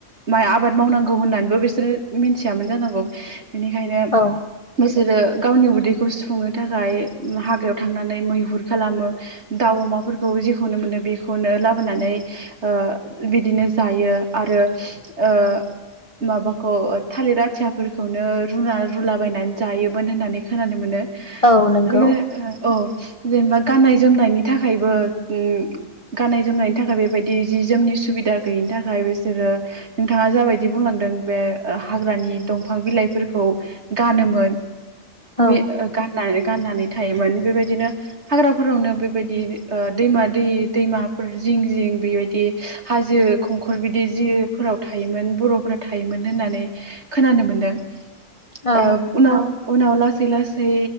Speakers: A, on the right; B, on the left.
A: माइ आबाद मावनांगौ होननानैबो बिसोरो मिनथियामोन जानांगौ बेनिखायनो
B: औ
A: जेरो गावनि उदैखौ सुफुंनो थाखाय हाग्रायाव थांनानै मैहुर खालामो दाउ अमाफोरखौ जेखौनो मोनो बेखौनो लाबोनानै ओ बिदिनो जायो आरो ओ माबाखौ थालिर आथियाफोरखौनो रुना रुलाबायायनानै जायोमोन होननानै खोनानो मोनो
B: औ नोंगौ
A: लोगोसे औ जेनेबा गाननाय जोमनायनि थाखायबो उम गाननाय जोमनायनि थाखाय बेबायदि जि जोमनि सुबिदा गैयिनि थाखाय बिसोरो नोंथाङा जाबायदि बुंलांदों बे हाग्रानि दंफां बिलाइफोर खौ गानोमोन
B: औ
A: बे गाननानै थायोमोन बेबायदिनो हाग्राफोरावनो बेबायदि ओ दैमा दै दैमाफोर जिं जिं बेबायदि हाजो खंखर बिदि जिफोराव थायोमोन बर'फोरा थायोमोन होननानै खोनानो मोन्दों
B: औ
A: ओ उनाव उनाव लासै लासै